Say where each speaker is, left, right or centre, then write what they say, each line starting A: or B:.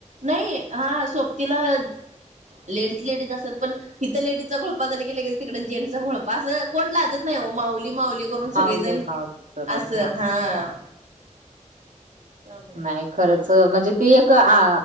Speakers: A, on the right; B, on the right.
A: नाही हा सोबतीला लेडीज लेडीज असतात पण हित लेडीजचा घोळपा झाला की लगेचं तिकड जेंटचा घोळपा असं कोण लाजत नाय ओ माऊली माउली करून
B: माऊली
A: सगळेजण,
B: माऊली करून
A: असं हा त्यामुळ
B: नाय खरच म्हणजे ती एक आ